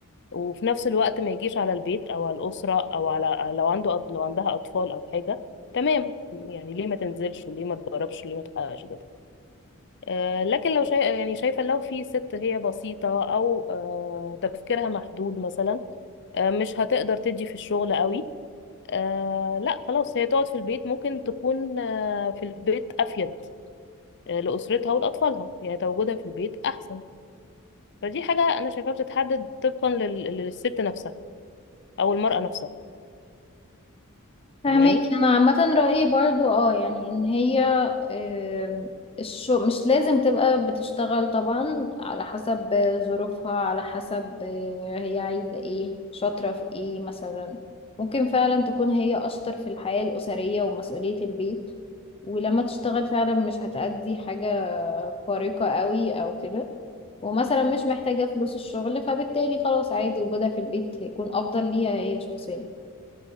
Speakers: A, on the left; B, on the left.
A: وفي نفس الوقت ما يجيش على البيت او على الاسره او على لو عنده أط- لو عندها اطفال او حاجه تمام يعني ليه ما تنزلش وليه ما تجربش وليه ما تحققش كده آه، لكن لو شايف يعني شايفه لو في ست هي بسيطه او آه، تفكيرها محدود مثلا آه، مش هتقدر تدي في الشغل قوي آه لا خلاص هي تقعد في البيت ممكن تكون آه في البيت أفيد آه لأسرتها ولأطفالها يعني تواجدها في البيت أحسن فدي حاجة أنا شايفاها بتتحدد طبقا لل... للست نفسها أو المرأة نفسها
B: فهمك
A: فاهماني
B: انا عامه رايي برضو اه يعني ان هي آم، الشو مش لازم تبقى بتشتغل طبعا على حسب ظروفها على حسب آه، هي عايزه ايه شاطره في ايه مثلا ممكن فعلا تكون هي اشطر في الحياه الاسريه ومسؤوليه البيت ولما تشتغل فعلا مش هتأدي حاجه خارقه قوي او كده ومثلا مش محتاجه فلوس الشغل فبالتالي خلاص عادي وجودها في البيت هيكون افضل ليها هي شخصيا